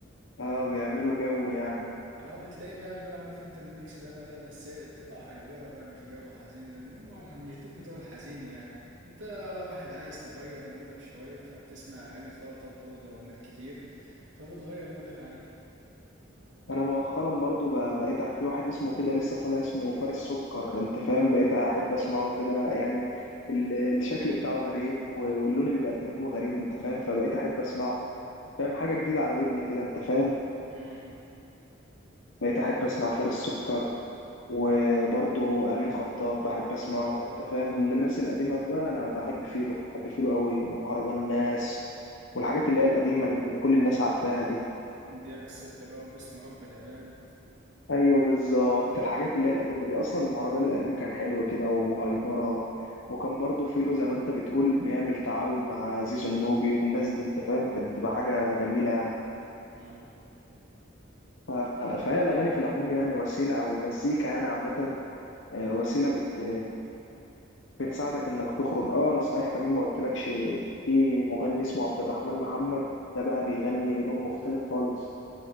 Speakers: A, on the left; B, on the right.
A: اه بيعملوا جو يعني
B: اه بتلاقي بقى اللي هو عارف انت الميكس ده بقى ايه بس إيه، بتبقى هايبرة بقى مش جو حزين لان هم الح- مش دول بتوع الحزين يعني انت واحد عايز تغير مودك شوية فبتسمع اغاني فيها طبل وزمامير كتير فبتغير مودك عليه
A: انا مؤخرا برضو ب- بقيت في واحد اسمه كده لسه طالع اسمه فارس سكر انت فاهم بقيت احب اسمعه كده يعني ال- الشكل بتاعه غريب و- واللون اللي بيقدمه غريب انت فاهم فبقيت احب اسمعه فاهم حاجة جديدة على ودني كده انت فاهم
B: امم
A: بقيت احب اسمع فارس سكر وبرضه امين خطاب بحب اسمعه انت فاهم ومن الناس القديمه بقى انا بحب فيلو بحب فيلو قوي مهرجان الناس والحاجات اللي هي القديمه اللي كل الناس عارفاها دي
B: ده بس انت بقى وباسم رب العباد
A: ايوه بالظبط الحاجات اللي هي القديمه دي اصلا المهرجان القديم كان حلو كده وهايبره وكان برضه فيلو زي ما انت بتقول بيعمل تعاون مع زيزو النوبي والناس دي انت فاهم كانت تبقى حاجه جميله يعني
B: امم
A: ف- فهي الاغاني في العموم يعني وسيله او المزيكا يعني عامه آه، وسيله بت بتساعدك انك تخرج اه انا صحيح كمان ما قلتلكش في مغني اسمه عبد الرحمن محمد ده بقى بيغني لون مختلف خالص